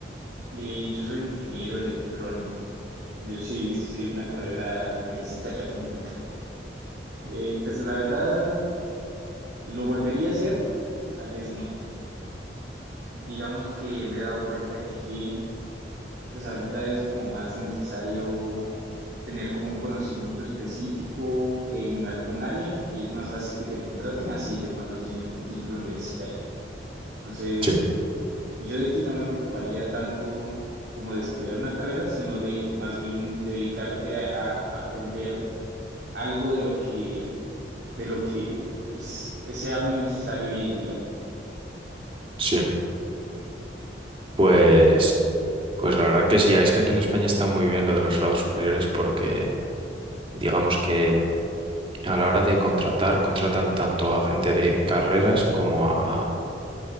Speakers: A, on the right; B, on the right.
A: Eh, yo soy ingeniero electrónico. Yo sí estudié una carrera universitaria completa. Eh, pues la verdad, ¿lo volvería a hacer? Tal vez no. Digamos que me he dado cuenta que pues ahorita es como más necesario tener como un conocimiento específico en algún área y es más fácil que te contraten así de pronto tienes un título universitario. Entonces,
B: Sí,
A: Yo de ti no me preocuparía tanto como de estudiar una carrera, sino de más bien dedicarte a, a aprender algo de lo que, de lo que pues sea muy necesario hoy en día.
B: sí. Pues, pues la verdad que sí, es que aquí en España está muy bien lo de los grados superiores porque digamos que a la hora de contratar, contratan tanto a gente de carreras como a,